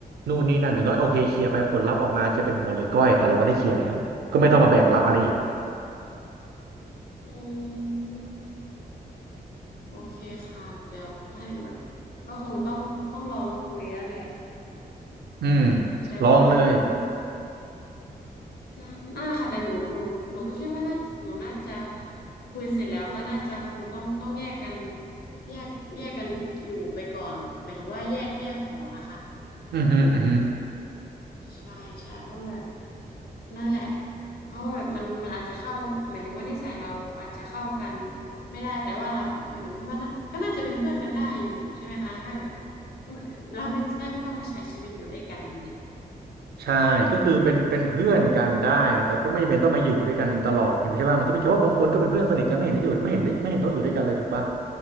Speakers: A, on the right (about 85°); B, on the left (about 70°).
A: นู่นนี่นั่นอย่างน้อยโอเคเคลียร์ไปผลลัพธ์ออกมาจะเป็นหัวหรือก้อยแต่เราก็ได้เคลียร์แล้วก็ไม่ต้องมาแบกรับอะไรอีก
B: อืมโอเคค่ะ เดี๋ยวถ้าแบบก็คงต้องต้องลองคุยนั่นแหละ
A: อืม
B: แต่ว่าแบบอืม
A: ลองเลย
B: น่าน่าค่ะ แต่หนูหนูหนูก็คิดว่าน่าหนูน่าจะคุยเสร็จแล้วก็น่าจะคงต้องต้องแยกกันแยกแยกกันอยู่ไปก่อนหมายถึงว่าแยกแยกหอนะคะ
A: อือหืออือหือ
B: ใช่ใช่เพราะแบบนั่นแหละเพราะว่าแบบมันมันอาจจะเข้าหมายถึงว่านิสัยเราอาจจะเข้ากันไม่ได้แต่ว่าเราโดยหนูคิดว่าน่ะก็น่าจะเป็นเพื่อนกันได้อยู่ใช่ไหมคะแค่แบบเราไม่ได้ไม่ต้องมาใช้ชีวิตอยู่ด้วยกันแบบเนี้ย
A: ใช่ก็คือเป็นเป็นเพื่อนกันได้แต่ก็ไม่จำเป็นต้องมาอยู่ด้วยกันตลอดเนี่ยใช่ป่ะมันก็มีแค่ว่าบางคนก็เป็นเพื่อนสนิทกันไม่เห็นได้อยู่ไม่เห็นได้ไม่เห็นต้องอยู่ด้วยกันเลยถูกป่ะ